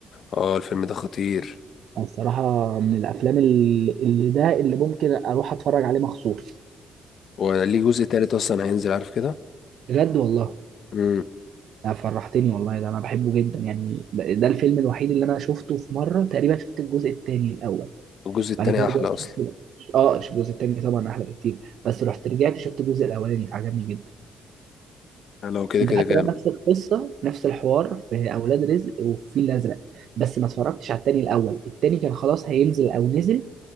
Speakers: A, on the left; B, on the right.
A: أه الفيلم ده خطير
B: الصراحه من الافلام اللي, اللي ده اللي ممكن اروح اتفرج عليه مخصوص
A: وليه جزء تالت أصلا هينزل عارف كده؟
B: بجد والله
A: امم
B: ده فرحتني والله ده انا بحبه جدا يعني ده الفيلم الوحيد اللي انا شفته في مره تقريبا شفت الجزء الثاني الاول
A: الجزء التاني
B: بعد كده
A: احلى
B: رجعت
A: اصلا
B: شفت- اه الجزء الثاني طبعا احلى بكتير بس رحت رجعت شفت الجزء الاولاني فعجبني جدا
A: يعني لو كده
B: انت
A: كده
B: حتى
A: جامد
B: لو نفس القصه نفس الحوار في اولاد رزق والفيل الازرق بس ما اتفرجتش على التاني الاول التاني كان خلاص هينزل او نزل